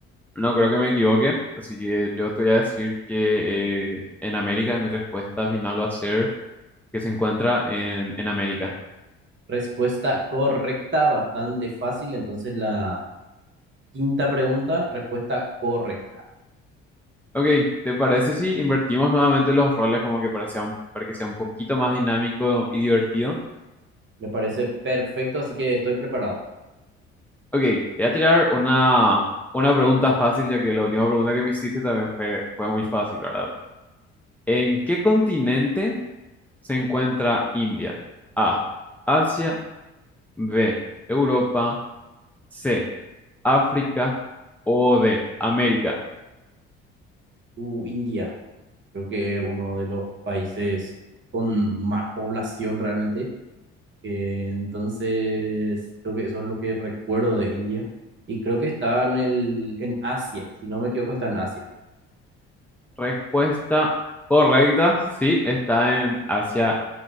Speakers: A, in the centre; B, on the right.
A: No creo que me equivoque, así que yo te voy a decir que eh, en América mi respuesta final va a ser que se encuentra en, en América.
B: Respuesta correcta, bastante fácil. Entonces la... Quinta pregunta, respuesta correcta.
A: Ok, ¿te parece si invertimos nuevamente los roles como que para, sea un- para que sea un poquito más dinámico y divertido?
B: Me parece perfecto, así que estoy preparado.
A: Ok, te voy a tirar una, una pregunta fácil, ya que la última pregunta que me hiciste también fue, fue muy fácil, ¿verdad? ¿En qué continente se encuentra India? A, Asia, B, Europa, C, África o D, América.
B: Uh, India, creo que es uno de los países con más población realmente. Eh, entonces, creo que eso es lo que recuerdo de India. Y creo que está en el, en Asia, si no me equivoco, está en Asia.
A: Respuesta correcta, sí, está en Asia